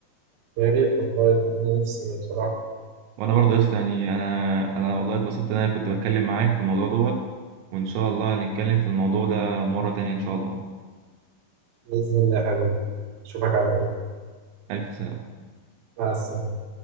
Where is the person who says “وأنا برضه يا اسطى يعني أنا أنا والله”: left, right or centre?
Right